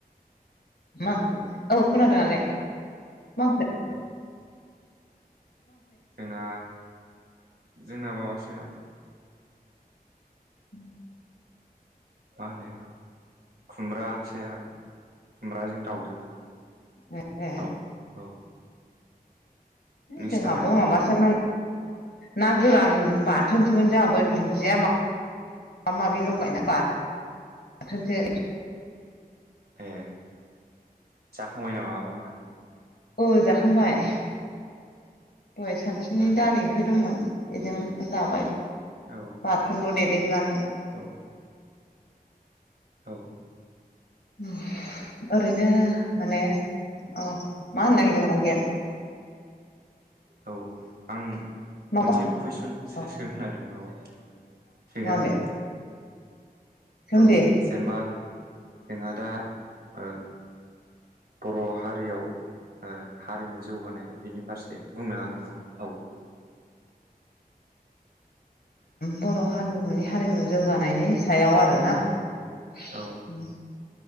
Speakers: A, on the left; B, on the right.
A: मा औ खोनादों आगै। मा ओंख्रै?
B: औ जोंना जोंना माबा सो औ ओ
A: <inaudible>
B: मा होनो खुमब्रासो खुमब्राजों दाउजों।
A: ए ए
B: आब' औ नोंसिनालाय
A: जोंहाबो
B: आब'
A: उम माबासोमोन ना गोरान बाथोनसोमोन जोंहाबो दुनजिया मा माबा माबि लगायना बा थोनसो।
B: ए जाखांबाय नामा आब' मोनहा?
A: औ जाखांबाय दहाय सानसुनि
B: ए
A: दालि ओंख्रि दंमोन। इजों जाबाय
B: औ
A: बाथोनल' देदेर नानै।
B: औ औ
A: उम ओरैनो माने औ मा होननो नागिरदोंमोन आं गैया
B: औ आं
A: माबा
B: मोनसे कुइसनसो
A: अ
B: सोंनो नागिरदोंमोन आब' सोंजागोन
A: माबे
B: ना?
A: जों
B: औ
A: दे
B: जेनेबा जोंहा दा औ बर' हारियाव ओ हारिमु जौगानाय बिनि फारसे बुंनो हागोन नामा आब'?
A: बर' हारिमुनि हारिमु जौगानायनि सायाव आरो ना
B: औ
A: उम।
B: औ